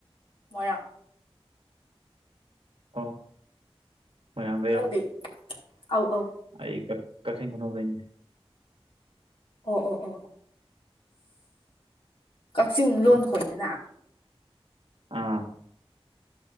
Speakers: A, on the left (about 60°); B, on the right (about 60°).
A: ꯃꯌꯥ
B: ꯑꯣ ꯃꯌꯥꯝꯡ ꯀꯩꯔꯣ
A: ꯅꯪꯗꯤ ꯑꯧ ꯑꯧ
B: ꯑꯩ ꯀ ꯀꯈꯤꯡ ꯀꯅꯣꯕꯦ
A: ꯑꯣ ꯑꯣ ꯑꯣ ꯀꯛꯆꯤꯡ ꯂꯣꯟ ꯈꯣꯏꯗꯅ
B: ꯑꯥ